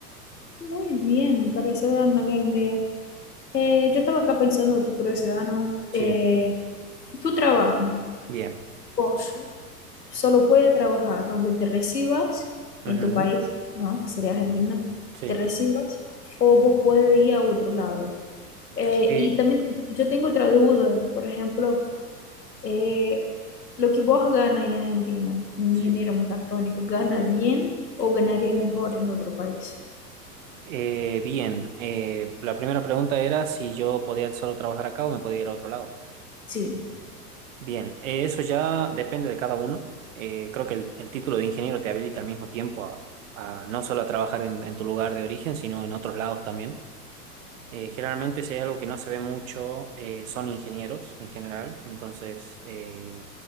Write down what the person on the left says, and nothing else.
Muy bien, me parece una gran idea. Eh, yo estaba acá pensando otra curiosidad, ¿no?
Eh, tu trabajo,
vos solo puedes trabajar donde te recibas en
tu país, ¿no? Que Sería Argentina,
te recibas o vos puedes ir a otro lado. Eh,
y también yo tengo otra duda, por ejemplo. Eh, lo que vos ganas en Argentina, un
ingeniero mecatrónico, ¿gana bien o ganaría mejor en otro país?
Sí,